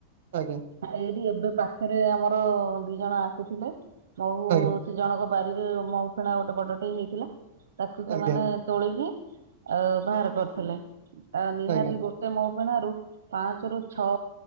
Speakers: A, on the right; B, on the right.
A: ଆଜ୍ଞା।
B: ହେ ଏଇଡି ଏବେ ପାଖେରେ ଆମର ଦି ଜଣ ଆସିଥିଲେ। ମହୁ
A: ଆଜ୍ଞା
B: ସେ ଜଣକ ବାରିରେ ମହୁ ଫେଣା ଗୋଟେ ବଡଟେଇ ହେଇଥିଲା। ତାକୁ ସେମାନେ
A: ଆଜ୍ଞା
B: ତୋଳିକି ଆଅ ବାହାର କରିଥିଲେ ଆ ନିହାତି
A: ଆଜ୍ଞା
B: ଗୋ ତେ ମହୁ ଫେଣାରୁ ପାଞ୍ଚରୁୁ ଛଅ